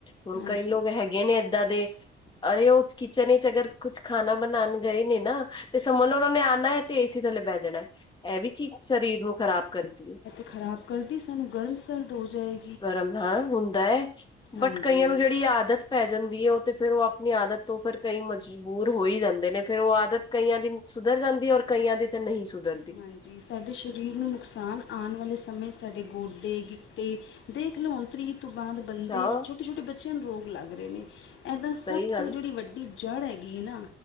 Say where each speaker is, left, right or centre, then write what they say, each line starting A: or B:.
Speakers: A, on the left; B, on the left.
A: ਹੁਣ
B: ਹਾਂਜੀ
A: ਕਈ ਲੋਗ ਹੈਗੇ ਨੇ ਏਦਾਂ ਦੇ ਅਰੇ ਓ ਕਿਚਨ ਇੱਚ ਅਗਰ ਕੁਛ ਖਾਨਾ ਬਨਾਨ ਗਏ ਨੇ ਨਾ ਤੇ ਸਮਝ ਲੋ ਔਰ ਓਨਾ ਨੇ ਆਨੈ ਤੇ ਏ ਸੀ ਥੱਲੇ ਬੈ ਜਾਨੈ। ਐ ਵੀ ਚੀਜ ਸਰੀਰ ਨੂੰ ਖਰਾਬ ਕਰਦੀ ਏ।
B: ਖਰਾਬ ਕਰਦੀ, ਸਾਨੂੰ ਗਰਮ ਸਰਦ ਹੋ ਜਾਏ
A: ਗਰਮ ਹਾਂ ਹੁੰਦੈ
B: ਹਾਂਜੀ
A: ਬਟ ਕਈਆਂ ਨੂੰ ਜੜੀ ਆਦਤ ਪੈ ਜਾਂਦੀ ਏ, ਓ ਤੇ ਫੇਰ ਓ ਆਪਨੀ ਆਦਤ ਤੋਂ ਫੇਰ ਕਈ ਮਜ ਬੂਰ ਹੋ ਈ ਜਾਂਦੇ ਨੇ। ਫੇਰ ਓ ਆਦਤ ਕਈਆਂ ਦੀ ਸੁਧਰ ਜਾਂਦੀ ਏ ਔਰ ਕਈਆਂ ਦੀ ਤੇ ਨਹੀਂ ਸੁਧਰਦੀ
B: ਹਾਂਜੀ, ਸਾਡੇ ਸ਼ਰੀਰ ਨੂੰ ਨੁਕਸਾਨ ਆਮ ਵਾਲੇ ਸਮੇਂ ਸਾਡੇ ਗੋਡੇ, ਗਿੱਟੇ ਦੇਖ ਲੋ ਹੁਨ ਤ੍ਰੀ ਤੋਂ ਬਾਦ ਬੰਦੇ
A: ਹਾਂ
B: ਛੋਟੇ-ਛੋਟੇ ਬੱਚਿਆਂ ਨੂੰ ਰੋਗ ਲੱਗ ਰੇ ਨੇ। ਐਦਾ ਸਭ
A: ਸਹੀ ਗੱਲ
B: ਤੋਂ ਜੜੀ ਵੱਡੀ ਜੜ੍ਹ ਹੈਗੀ ਏ ਨਾ